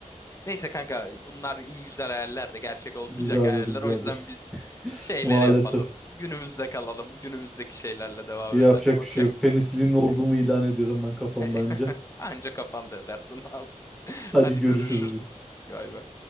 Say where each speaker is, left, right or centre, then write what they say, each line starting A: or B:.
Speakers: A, on the left; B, in the centre.
A: Neyse kanka bunlar iyi güzel hayaller de gerçek olmayacak
B: Güzeldir,
A: hayaller.
B: güzeldir.
A: O yüzden biz şeyleri
B: Maalesef.
A: yapalım. Günümüzde kalalım. Günümüzdeki şeylerle devam
B: Yapacak
A: edelim. Okey.
B: bir şey yok. Penisilin ordumu ilan ediyorum ben kafamdan
A: <laughs>
B: önce.
A: Anca kafanda edersin abi. <laughs>
B: Hadi
A: Hadi
B: görüşürüz.
A: görüşürüz galiba.